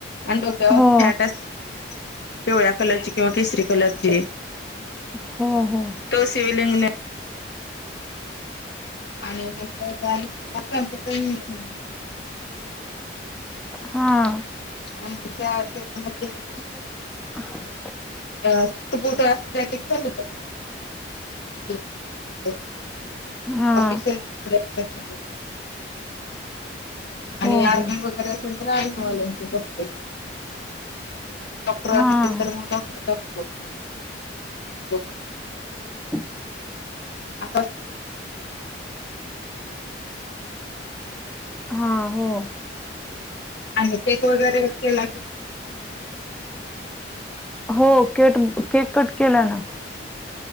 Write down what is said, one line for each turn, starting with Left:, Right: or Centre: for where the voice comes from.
Left: आणि डोक्यावरती
Centre: हो
Left: हॅट असते ती कॅप. पिवळ्या कलरची किंवा केशरी कलरची.
Centre: हो, हो.
Left: तो सिव्हील इंजिनिअर आणि नंतर <inaudible> कुठला <inaudible>
Centre: हा.
Left: <inaudible>
Centre: <inaudible>
Left: अ सुूट बुट अस <unintelligible> चालत. <unintelligible> म्हणजे
Centre: हा
Left: ऑफिशल <unintelligible>
Centre: हो
Left: आणि आर्मी
Centre: हो
Left: वगैरे असेल तर आर्मीवाल्यांचे कपडे. डॉक्टर
Centre: हा
Left: असेल तर मग डॉक्ट <unintelligible>
Centre: <inaudible>
Left: आता
Centre: हा, हो.
Left: आणि केक वगैरे केला की नई?
Centre: हो केट केक कट केला ना.